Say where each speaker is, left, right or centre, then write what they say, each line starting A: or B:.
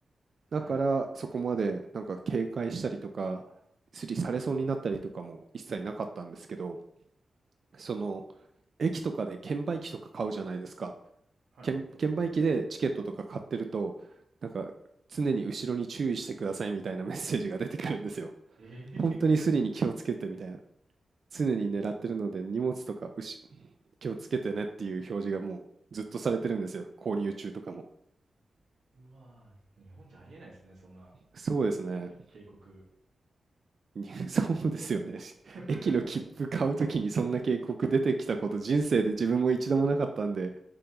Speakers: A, on the right; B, on the right.
A: はい。
B: だから、そこまでなんか警戒したりとか、スリされそうになったりとかも一切なかったんですけど、その駅とかで券売機とか買うじゃないですか。
A: はい。
B: 券、券売機でチケットとか買ってると、なんか常に後ろに注意してくださいみたいなメッセージが出てくるんですよ。<laughs>
A: ええ
B: 本当にスリに気をつけてみたいな。常に狙ってるので荷物とかうし気をつけてねっていう表示がもうずっとされてるんですよ。購入中とかも。
A: <laughs> うわー日本じゃありえないですね、そんな
B: そうですね。
A: 警告。
B: に <laughs> そうですよね。<laughs> し駅の切符買うときにそんな警告出てきたこと人生で自分も一度もなかったんで、
A: <laughs>